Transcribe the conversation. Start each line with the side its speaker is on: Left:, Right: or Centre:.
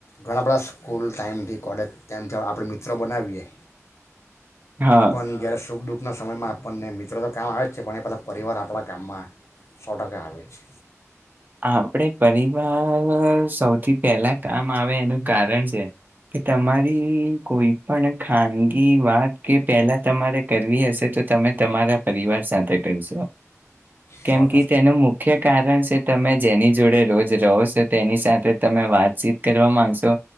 Left: ઘણા બધા સ્કૂલ ટાઈમથી કોલેજ ટાઈમથી આપણે મિત્રો બનાવીએ
Right: હા
Left: પણ જયારે સુખ દુઃખ ના સમયમાં આપણને મિત્રો તો કામ આવે જ છે, પણ એ પહેલાં પરિવાર આપણાં ગામમાં સો ટકા આવે છે.
Right: આપડે પરિવાર સૌથી પહેલા કામ આવે એનું કારણ છે, કે તમારી કોઈ પણ ખાનગી વાત કે પહેલા તમારે કરવી હશે, તો તમે તમારા પરિવાર સાથે કરશો કેમ
Left: સો
Right: કે, તેનું મુખ્ય કારણ છે તમે જેની જોડે રોજ રહો છો તેની સાથે તમે વાતચીત કરવા માંગશો